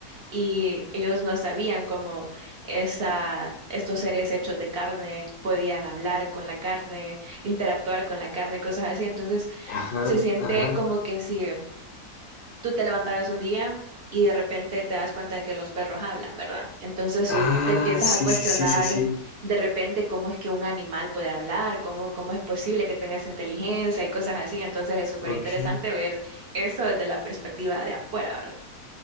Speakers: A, on the right; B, on the left.
A: y ellos no sabían cómo esa, estos seres hechos de carne podían hablar con la carne, interactuar con la carne, cosas así. Entonces
B: Ajá,
A: se siente
B: ajá.
A: como que sí tú te levantarás un día y de repente te das cuenta de que los perros hablan, ¿verdad? Entonces
B: Ah,
A: tú te empiezas
B: sí,
A: a cuestionar
B: sí, sí, sí, sí.
A: de repente cómo es que un animal puede hablar, cómo, cómo es posible que tengas inteligencia y cosas así. Entonces es súper
B: Ok.
A: interesante ver eso desde la perspectiva de afuera, ¿verdad?